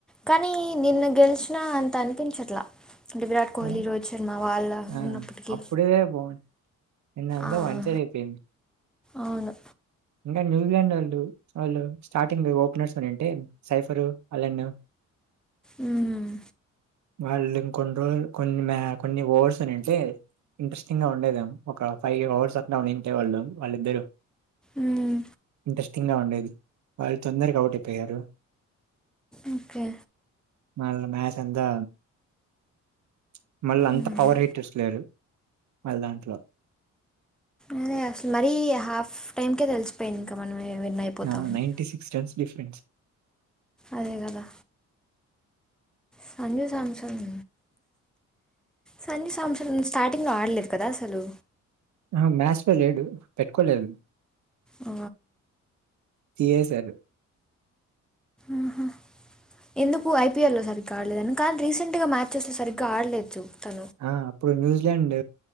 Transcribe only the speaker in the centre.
కానీ నిన్న గెలిచిన అంత అనిపించట్ల అంటే విరాట్ కోహ్లీ,
రోహిత్ శర్మ వాళ్ళున్నాపటికి
ఆ
హ
అవును
ఉమ్
మ్మ్
ఓకే
మ్మ్
అదే అసలు మరీ హాఫ్ టైమ్కే తెలిసిపోయింది ఇంకా మనం విన్ అయిపోతామని
అదే కదా సంజూ సామ్సంగ్ సంజూ సాంసంగ్ సాటింగ్లో ఆడలేదు కదా అసలు
ఆ
ఆహా ఎందుకు ఐపీఎల్ లో సరిగ్గా ఆడలేదని కానీ రీసెంట్గా మ్యాచెస్ లో సరిగ్గా ఆడలేదు చూడు త